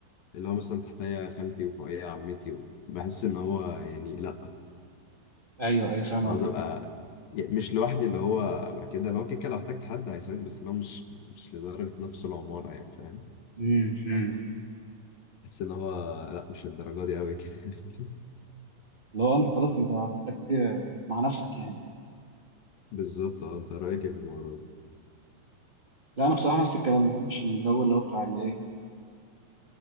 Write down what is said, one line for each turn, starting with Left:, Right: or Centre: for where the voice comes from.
Left: اللي هو مثلا تحتيا خالتي وفوقيا عمتي و- بحس ان هو يعني لا
Right: ايوه ايوه فاهم
Left: انا
Right: قصدي
Left: عايز ابقى يعني مش لوحدي اللي هو ابقى كده لو كده لو احتجت حد هيساعدني بس اللي هو مش مش لدرجة نفس العمارة يعني فاهم
Right: امم امم
Left: بحس ان هو لا مش للدرجة دي قوي كده <laughs>
Right: لو انت خلاص انت محتاج مع نفسك يعني
Left: بالظبط اه انت رايك ايه في الموضوع ده؟
Right: لا انا بصراحه نفس الكلام ما بحبش الجو اللي هو بتاع الايه